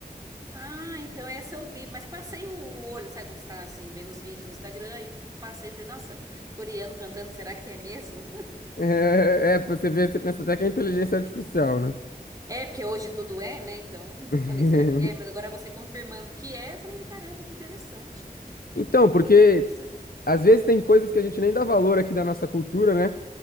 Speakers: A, on the right (about 20°); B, on the left (about 70°).
A: Ah, então essa eu vi, mas passei o olho, sabe quando você tá assim, vendo os vídeos no Instagram e passei, e falei, nossa, coreano cantando, será que é mesmo? <laughs>
B: É, é, você vê, você pensa até que é inteligência artificial, né?
A: É, porque hoje tudo é, né? Então,
B: <laughs>
A: falei, será que é? Mas agora você confirmando que é, eu falei, caramba, que interessante.
B: Então, porque
A: Bem interessante.
B: às vezes tem coisas que a gente nem dá valor aqui da nossa cultura, né?